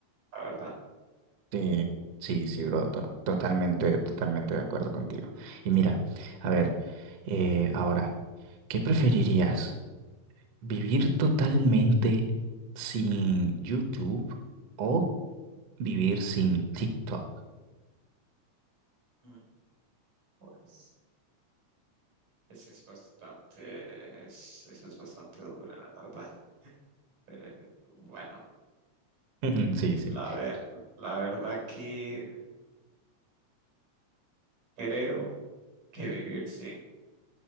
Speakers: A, on the right (about 85°); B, on the right (about 65°).
A: la verdad.
B: Sí, sí, sí, bro, to- totalmente, totalmente de acuerdo contigo. Y mira, a ver, eh, ahora, ¿qué preferirías? ¿Vivir totalmente sin YouTube o vivir sin TikTok?
A: Mm, Pues eso es bastante, es- eso es bastante dura, la verdad. Eh, bueno,
B: <laughs> Sí, sí.
A: la ver, la verdad que creo que vivir sin,